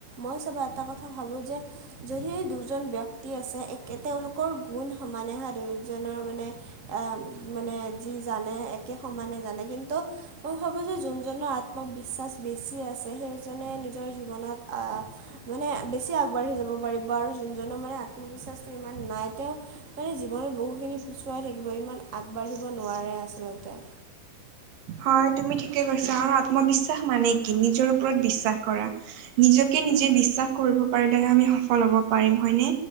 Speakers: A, on the right; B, on the right.
A: মই চব এটা কথা ভাবোঁ যে যদি দুজন ব্যক্তি আছে, একে তেওঁলোকৰ গুণ সমানেহা দুয়োজনৰ মানে আহ মানে যি জানে একে সমানে জানে কিন্তু মই ভাবো যে জোনজনৰ আত্মবিশ্বাস বেছি আছে, সেইজনে নিজৰ জীৱনত আহ মানে বেছি আগবাঢ়ি যাব পাৰিব। আৰু জোনজনৰ মানে আত্মবিশ্বাসটো ইমান নাই তেওঁৰ মানে জীৱনত বহুখিনি পিছুৱাই থাকিব। ইমান আগবাঢ়িব নোৱাৰে আচলতে
B: হয় তুমি ঠিকে কৈছা। আৰু আত্মবিশ্বাস মানে কি নিজৰ ওপৰত বিশ্বাস কৰা। নিজকে নিজে বিশ্বাস কৰিব পাৰিলেহে আমি সফল হব পাৰিম। হয়নে?